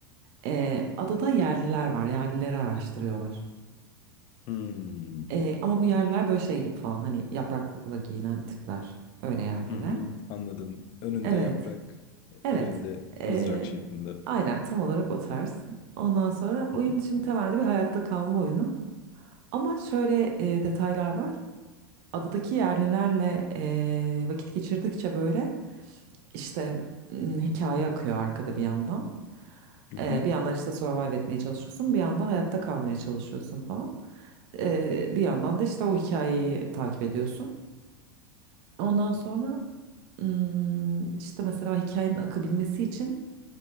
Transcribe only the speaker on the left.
Hmm.
Hı hı. Anladım. Önünde
yaprak, e,
elinde
mızrak şeklinde.
Hı hı.
Hı hı.